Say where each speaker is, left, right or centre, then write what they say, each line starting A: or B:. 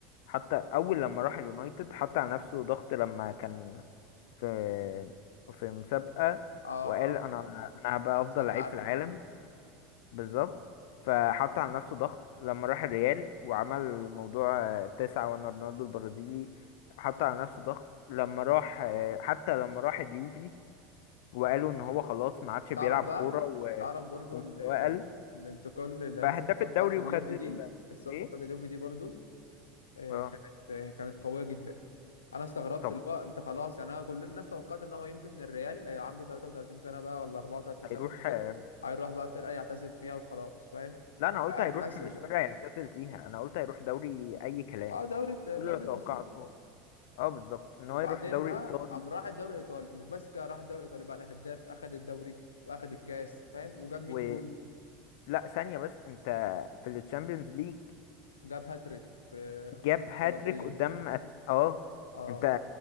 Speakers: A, on the left; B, on the left.
A: حتى اول لما راح اليونايتد حط على نفسه ضغط لما كان في في مسابقة
B: اه
A: وقال
B: اه
A: انا
B: اه
A: انا هبقى
B: أنا احسن
A: افضل لعيب
B: لاعب
A: في
B: في
A: العالم
B: التاريخ
A: بالظبط فحط على نفسه ضغط لما راح الريال وعمل موضوع آه، تسعة وانا رونالدو البرازيلي حط على نفسه ضغط لما راح آه، حتى لما راح اليوفي وقالوا ان هو
B: كان
A: خلاص ما عادش بيلعب
B: تعرف بقى
A: كورة و-
B: تعرف برضو
A: ومستواه
B: ال... ال...
A: قل
B: الانتقال اللي
A: بقى
B: هي الصفقة
A: هداف الدوري
B: بتاعت اليوفي
A: وخد ال
B: دي الصفقة
A: ايه
B: بتاعت اليوفي دي برضو آه،
A: اه
B: كانت آه، كانت قوية جدا انا استغربت
A: طبعا
B: اللي هو انت خلاص يعني انا كل الناس توقعت ان هو يمشي من الريال آه، عنده 33 سنة بقى ولا 34
A: هيروح
B: سنة وكبر
A: آه،
B: هيروح بقى فرقة يعتزل فيها وخلاص فاهم
A: لا انا قلت
B: بقى
A: هيروح
B: الناس
A: مش
B: ده.
A: فرقة يعتزل فيها انا قلت هيروح دوري اي كلام
B: اه دوري
A: كل
B: دوري
A: اللي توقعته
B: بسيط
A: اه بالظبط ان
B: وبعدين
A: هو يروح دوري
B: بقى
A: ايطالي
B: قام راح الدوري الايطالي مش بس كده راح الدوري الايطالي بقى الهداف اخد الدوري واخد الكاس فاهم وجاب 100
A: و
B: جون
A: لا ثانية بس انت في التشامبيونز ليج
B: جاب هاتريك في
A: جاب
B: اتلتيكو
A: هاتريك
B: مدريد
A: قدام أت- اه
B: اه
A: انت